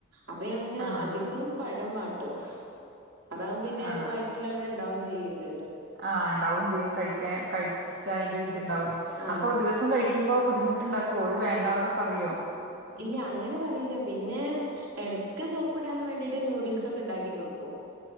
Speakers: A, on the right (about 65°); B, on the right (about 50°).
A: അപ്പൊ ഞാൻ പിന്നെ
B: ആഹ്
A: അധികോം പഴം വാട്ടും അതാകും പിന്നെ
B: ആഹ്
A: വയറ്റിൽ അവിടെ ഉണ്ടാവും ചെയ്യുല്ലല്ലോ
B: ആഹ് ഇണ്ടാവും ചെയ്യും കഴിക്കാൻ കഴിച്ച അയിന്റെ ഒരിതിണ്ടാവും
A: ആഹ്
B: അപ്പൊ ദിവസ ഭക്ഷണം കഴിക്കുമ്പോ ബുദ്ധിമുട്ടുണ്ടാക്കോ ഇത് വേണ്ടാന്നൊക്കെ പറയോ
A: ഇല്ല അങ്ങനെ പറയില്ല പിന്നെ ഇടയ്ക്ക് സോപ്പിടാൻ വേണ്ടിട്ട് ന്യൂഡിൽസ് ഒക്കെ ഉണ്ടാക്കി കൊടുക്കും